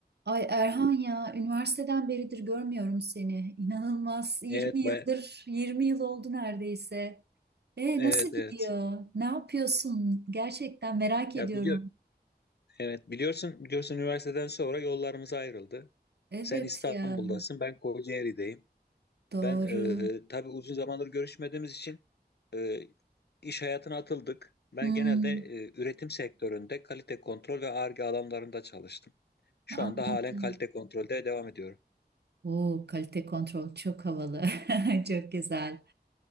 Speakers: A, on the right; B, on the left.
A: Ay Erhan ya üniversiteden beridir görmüyorum seni. İnanılmaz. 20
B: Evet,
A: yıldır
B: baya-
A: 20 yıl oldu neredeyse. E
B: evet,
A: nasıl gidiyor?
B: evet.
A: Ne yapıyorsun? Gerçekten merak
B: Ya
A: ediyorum.
B: biliyor, evet biliyorsun, biliyorsun üniversiteden sonra yollarımız ayrıldı.
A: Evet
B: Sen İstanbul'dasın,
A: ya
B: ben Kocaeli'deyim.
A: doğru.
B: Ben e, tabii uzun zamandır görüşmediğimiz için e, iş hayatına atıldık. Ben
A: Hmm,
B: genelde e, üretim sektöründe kalite kontrol ve Ar-Ge alanlarında çalıştım. Şu
A: anladım.
B: anda halen kalite kontrolde devam ediyorum.
A: Oo kalite kontrol çok havalı. <laughs> Çok güzel.